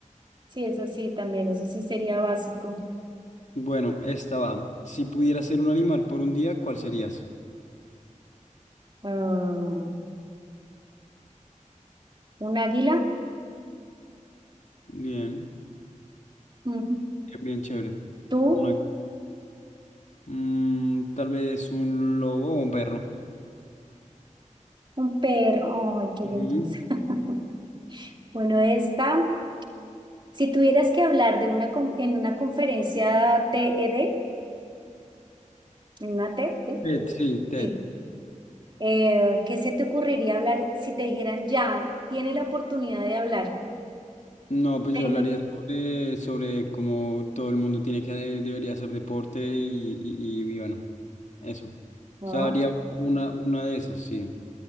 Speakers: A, on the right; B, on the left.
A: sí, eso sí, también, eso sí sería básico.
B: Bueno, esta va. Si pudieras ser un animal por un día, ¿cuál serías?
A: Ah, ¿un águila?
B: Bien,
A: Mm.
B: bien, bien chévere.
A: ¿Tú?
B: Una- mm, tal vez un lobo o un perro.
A: ¿Un perro? Ay, qué
B: Ujú.
A: belleza. <laughs> Bueno, esta. Si tuvieras que hablar de una con- en una conferencia TEDx, en una TED,
B: Ted, sí, Ted.
A: sí, eh, ¿qué se te ocurriría hablar si te dijeran ya, tiene la oportunidad de hablar?
B: No, pues
A: Venga.
B: yo hablaría sobre, sobre cómo todo el mundo tiene que eh, debería hacer deporte y, y, y bueno, eso.
A: Ah,
B: O sea, haría una, una de esas, sí.